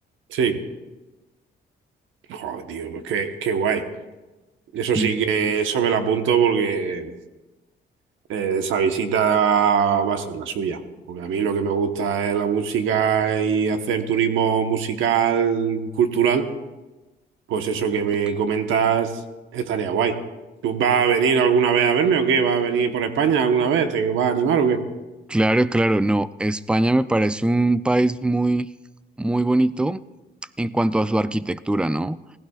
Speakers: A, on the right; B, in the centre.
A: Sí, joder, tío, pues qué, qué guay. Eso sí
B: Mm.
A: que eso me lo apunto porque eh, esa visita va a ser la suya. Porque a mí lo que me gusta es la música y hacer turismo musical, cultural. Pues eso que me
B: Ok.
A: comentas estaría guay. ¿Tú vas a venir alguna vez a verme o qué? ¿Vas a venir por España alguna vez? ¿Te vas a animar o qué?
B: Claro, claro, no. España me parece un país muy, muy bonito en cuanto a su arquitectura, ¿no?